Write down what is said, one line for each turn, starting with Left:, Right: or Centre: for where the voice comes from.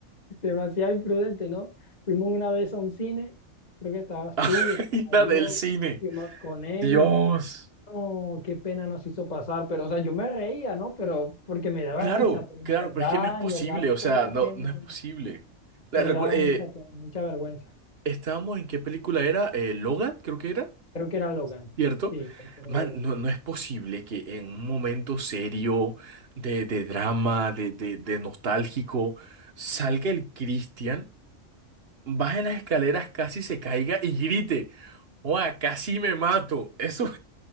Left: demasiado imprudente, ¿no? Fuimos una vez a un cine, creo que estabas tú,
Right: <laughs>
Left: estaba
Right: Y la
Left: yo,
Right: del cine.
Left: fuimos con él.
Right: Dios.
Left: No, qué pena nos hizo pasar, pero, o sea, yo me reía, ¿no? Pero porque me daba
Right: Claro,
Left: risa, pero en
Right: claro,
Left: verdad,
Right: pero es que no es posible,
Left: en verdad,
Right: o sea,
Left: pena,
Right: no,
Left: pena,
Right: no es
Left: pena.
Right: posible. La,
Left: Me
Right: recu-
Left: daba
Right: eh,
Left: mucha pena, mucha vergüenza.
Right: estábamos en qué película era, Eh, Logan, creo que era.
Left: Creo que era Logan.
Right: ¿Cierto?
Left: Sí, creo que era
Right: Man,
Left: Logan.
Right: no, no es posible que en un momento serio, de, de drama, de, de, de nostálgico, salga el Cristian, baje las escaleras, casi se caiga y grite, ¡Oa, casi me mato! Eso